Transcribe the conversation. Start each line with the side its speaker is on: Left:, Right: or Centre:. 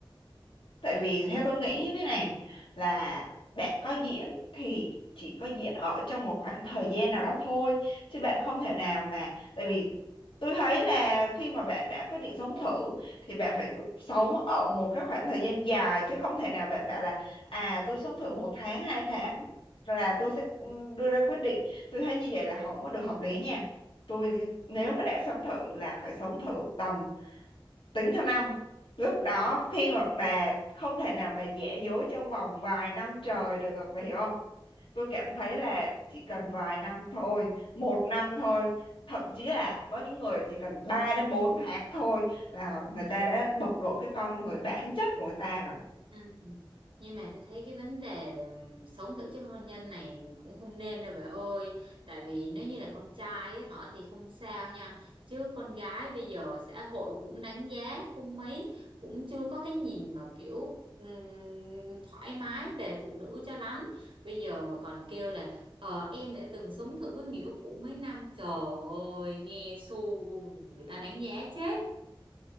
Left: Tại vì theo tôi nghĩ như thế này là bạn có diễn thì chỉ có diễn ở trong một khoảng thời gian nào đó thôi chứ bạn không thể nào mà tại vì tôi thấy là khi mà bạn đã quyết định sống thử thì bạn phải cu- sống ở một cái khoảng thời gian dài chứ không thể nào bạn bảo là à tôi sống thử một tháng hai tháng là tôi sẽ ừm, đưa ra quyết định tôi thấy như vậy là không có được hợp lý nha tôi nếu mà đã sống thử là phải sống thử tầm tính theo năm lúc
Right: ừ
Left: đó khi mà bà không thể nào bà giả dối trong vòng vài năm trời được bà hiểu không tôi cảm thấy là chỉ cần vài năm thôi một năm thôi thậm chí là có những người chỉ cần 3 đến 4 tháng thôi là người ta đã bộc lộ cái con người bản chất của người ta rồi
Right: Ừ. Nhưng mà tôi thấy cái vấn đề ừm, sống thử trước hôn nhân này cũng không nên đâu bà ơi Tại vì nếu như là con trai ấy, họ thì không sao nha Chứ con gái bây giờ xã hội cũng đánh giá không mấy Cũng chưa có cái nhìn mà kiểu ừm, thoải mái về phụ nữ cho lắm Bây giờ mà còn kêu là Ờ em đã từng sống thử với người yêu cũ mấy năm Trời ơi nghe xu người ta đánh giá chết